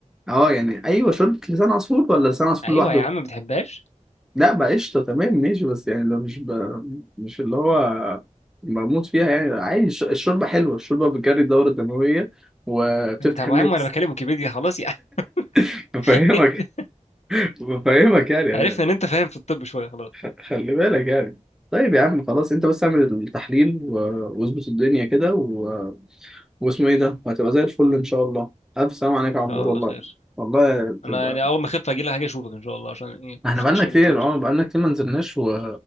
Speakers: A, in the centre; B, on the left.
A: اه يعني ايوه شوربة لسان عصفور ولا لسان عصفور
B: ايوه
A: لوحده
B: يا عم ما بتحبهاش
A: لا بقى قشطة تمام ماشي بس يعني لو مش ب... مش اللي هو بموت فيها يعني عادي الش- الشوربة حلوة الشوربة بتجري الدورة الدموية وبتفتح
B: انت يا عم
A: النفس
B: وانا بكلم ويكيبيديا خلاص يعني
A: <laughs> بفهمك
B: <laughs>
A: بفهمك يعني
B: عرفنا ان انت فاهم في الطب شويه خلاص
A: خ-
B: خلاص.
A: خلي بالك يعني طيب يا عم خلاص انت بس اعمل التحليل و- واظبط الدنيا كده و... واسمه ايه ده وهتبقى زي الفل ان شاء الله الف سلام عليك يا عمور
B: ان شاء الله
A: والله
B: خير
A: والله
B: انا
A: تبقى
B: يعني اول ما اخف اجي لك هاجي اشوفك ان شاء الله عشان ايه
A: احنا
B: مش شفتكش
A: بقالنا كتير
B: بقالي كتير
A: اه بقالنا كتير ما نزلناش و...